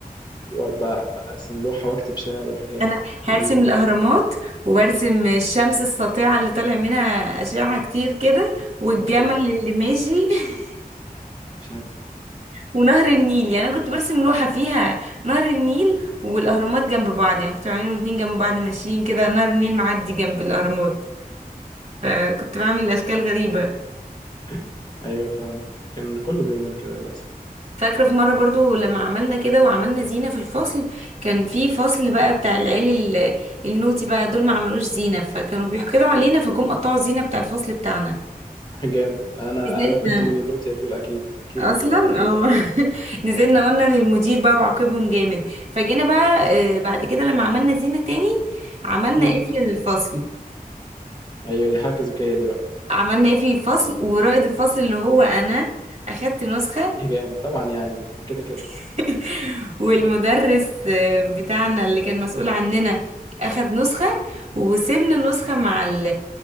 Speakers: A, on the left; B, on the right.
A: كنت بقعد بقى ارسم لوحه واكتب شعر وحاجات
B: <laughs> انا هرسم
A: كنا بنجيب
B: الاهرامات وبرسم الشمس الساطعه اللي طالع منها اشعه كتير كده والجمل
A: وبتضحك
B: اللي ماشي <laughs>
A: مش عارف
B: ونهر النيل يعني انا كنت برسم لوحه فيها نهر النيل والاهرامات جنب بعض يعني كنت بعملهم الاتنين جنب بعض ماشيين كده نهر النيل معدي جنب الاهرامات فكنت بعمل اشكال غريبه
A: <laughs> ايوه فاهم كان كله بيعمل كده للاسف
B: فاكره في مره برضو لما عملنا كده وعملنا زينه في الفصل كان في فصل بقى بتاع العيال ال- النوتي بقى دول ما عملوش زينه فكانوا بيحقدوا علينا فجم قطعوا الزينه بتاع الفصل بتاعنا
A: <laughs> جامد انا
B: نزلنا
A: انا كنت من النوتيا دول اكيد اكيد
B: اصلا
A: انا اللي اجي
B: اه
A: اطلع
B: <laughs> نزلنا قلنا للمدير بقى وعاقبهم جامد فجينا بقى آه، بعد كده لما عملنا زينه تاني عملنا
A: امم
B: قفل للفصل
A: ايوه دي حركه ذكيه دي بقى
B: عملنا قفل الفصل ورائد الفصل اللي هو انا اخدت نسخه
A: <laughs> إيه جامد طبعا يعني كده كده
B: <laughs> والمدرس آه، بتاعنا اللي كان مسؤول عننا اخد نسخة وسيبنا النسخة مع ال